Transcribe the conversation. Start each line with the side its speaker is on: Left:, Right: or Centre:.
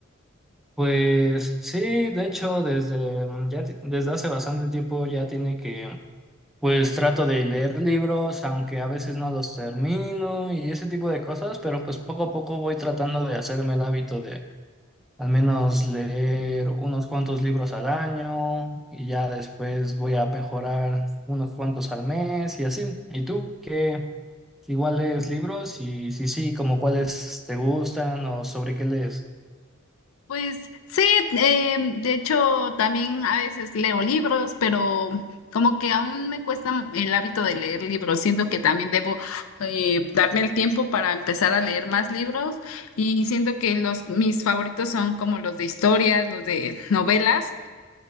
Centre: Pues sí, de hecho, desde, mm, ya, ti- desde hace bastante tiempo ya tiene que, Pues trato de leer libros, aunque a veces no los termino y ese tipo de cosas, pero pues poco a poco voy tratando de hacerme el hábito de al menos leer unos cuantos libros al año y ya después voy a mejorar unos cuantos al mes y así. ¿Y tú qué? Igual lees libros y si sí, como cuáles te gustan o sobre qué lees.
Left: Pues sí, eh, de hecho también a veces leo libros, pero como que aún me cuesta el hábito de leer libros. Siento que también debo eh, darme el tiempo para empezar a leer más libros y siento que los mis favoritos son como los de historias, los de novelas.